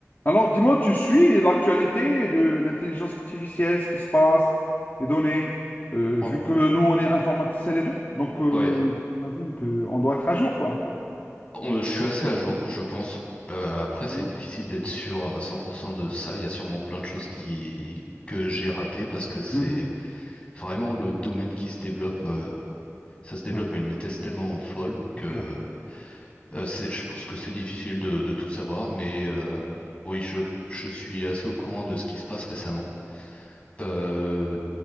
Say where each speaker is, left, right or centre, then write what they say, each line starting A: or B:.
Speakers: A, on the left; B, on the left.
A: Alors, dis-moi, tu suis l'actualité de l'intelligence artificielle, ce qui se passe, les données, euh,
B: Fran-
A: vu que nous, on est informaticiens les deux, donc euh,
B: Ouais,
A: j'imagine qu'on doit être à jour, quoi.
B: On- je suis assez à jour, je pense. Euh, après, c'est
A: <laughs>
B: difficile d'être sûr à 100% de ça. Il y a sûrement plein de choses qui que j'ai ratées parce que c'est
A: Mhm.
B: vraiment le domaine qui se développe. euh, ça se développe
A: Ouais,
B: à une vitesse tellement folle que
A: c'est clair.
B: euh, c'est, je pense que c'est difficile de, de tout savoir. Mais euh, oui, je, je suis assez au courant de ce qui se passe récemment. Euh,